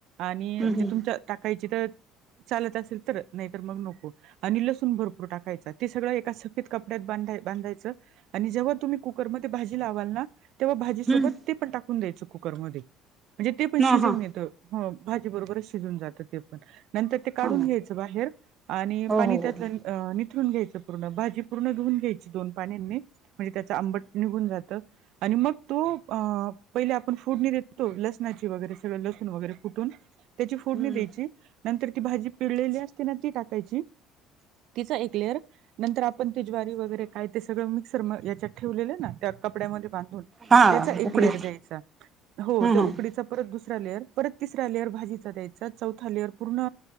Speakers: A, on the right; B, on the right.
A: आणि
B: हम्म
A: म्हणजे
B: हम्म
A: तुमच्या टाकायची तर चालत असेल तरच नाय तर मग नको. आणि लसूण भरपूर टाकायचा ते सगळं एका सफेद कपड्यात बांधाय बांधायचं. आणि जेव्हा तुम्ही कुकरमध्ये भाजी लावाल ना तेव्हा भाजीसोबत
B: हम्म.
A: ते पण टाकून द्यायचं कुकरमध्ये. म्हणजे ते पण
B: ह
A: शिजवून
B: हा
A: येतं हो भाजी बरोबरच शिजून जातं ते. नंतर ते काढून
B: ह
A: घ्यायचं बाहेर आणि
B: हो
A: पाणी
B: हो हो
A: त्यातल
B: हम्म
A: अ निथळून घ्यायचं पूर्ण भाजी पूर्ण धुऊन घ्यायची दोन पाण्यांनी. म्हणजे त्याचं आंबट निघून जातं आणि मग तुप अ पहिले आपण फोडणी देतो लसणाची वगैरे सगळं लसूण वगैरे कुटून. त्याची फोडणी
B: हम्म
A: द्यायची नंतर ती भाजी पिळलेली असते ना ती टाकायची. तिचा एक लेअर. नंतर आपण ते ज्वारी वगैरे काय ते सगळं मिक्सर म याच्यात ठेवलेलं ना त्या कपड्यामध्ये बांधून
B: हा
A: त्याचा एक
B: उकडीत
A: लेयर द्यायचा. हो
B: हम्म
A: ते
B: हम्म
A: ऊ त्याचा परत दुसरा लेअर परत तिसरा लेअर भाजीचा द्यायचा चौथा लेअर पूर्ण